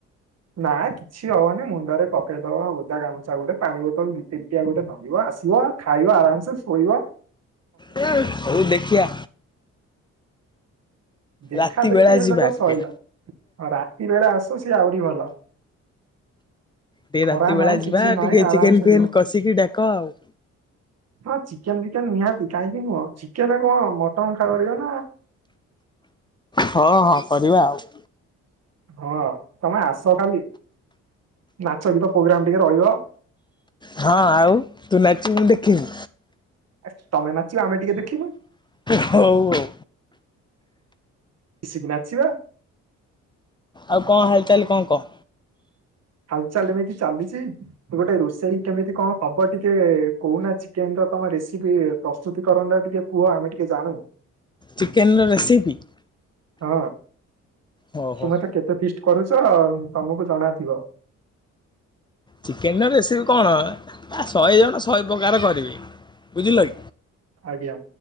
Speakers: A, on the right (about 55°); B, on the left (about 15°).
A: ନା କିଛି ହବନି, ମୁଣ୍ଡ ରେ ପକେଇଦବା ଓଦା ଗାମୁଛା ଗୋଟେ ପାଣି ବୋତଲ ଦିଲିଟିକିଆ ଗୋଟେ ଧରିବା ଆସିବ। ଖାଇବା ଆରାମସେ ଶୋଇବା।
B: ହୁଁ, ହଉ ଦେଖିଆ।
A: ଦେଖା
B: ରାତି
A: ଦେଖି
B: ବେଳା
A: ହେଲେ
B: ଯିବା
A: ତ ଶଇଲା,
B: ଟିକେ
A: ଆଉ ରାତି ବେଳେ ଆସୁ ସିଏ ଆହୁରି ଭଲ।
B: ଟିକେ
A: ଖରା
B: ରାତି ବେଳା
A: ନାହିଁ
B: ଯିବା
A: କିଛି ନାହିଁ
B: ଟିକେ
A: ଆରାମସେ
B: ଚିକେନ ଫିକେନ
A: ଯିବ
B: କଷିକି ଡାକ ଆଉ।
A: ହଁ, ଚିକେନ ବିକେନ ନିହାତି କାହିଁକି ନୁହଁ, ଚିକେନ କଣ ମଟନ ଖାଇପାରିବନା
B: ହଁ, ହଁ କରିବା ଆଉ।
A: ହଁ, ତମେ ଆସ ଖାଲି। ନାଚ ଗୀତ ପୋଗ୍ରାମ ଟିକେ ରହିବ।
B: ହଁ ଆଉ, ତୁ ନାଚିବୁ ମୁଁ ଦେଖିବି।
A: ଆ ତମେ ନାଚିବା ଆମେ ଟିକେ ଦେଖିବା।
B: ହଉ ହଉ।
A: ଇଶିକି ନାଚିବା।
B: ଆଉ କଣ ହାଲଚାଲ କଣ କହ?
A: ହାଲ ଚାଲ ଏମିତି ଚାଲିଚି। ଗୋଟେ ରୋଷେଇ କେମିତି କଣ ହବ ଟିକେ କହୁନା, ଚିକେନ ର ତମ ରେସିପି? ପ୍ରସ୍ତୁତି କରଣରା ଟିକେ କୁହ ଆମେ ଟିକେ ଜାଣୁ।
B: ଚିକେନ ର ରେସିପି
A: ହଁ,
B: ହଉ
A: ତୁମେ
B: ହଉ
A: ତ କେତେ ଫିଷ୍ଟ କରୁଚ ଆଉ। ତମକୁ ଜଣା ଥିବ।
B: ଚିକେନର ରେସିପି କଣ ଶହେ ଜଣ ଶହେ ପ୍ରକାର କରିବେ ବୁଝିଲ କି।
A: ଆଜ୍ଞା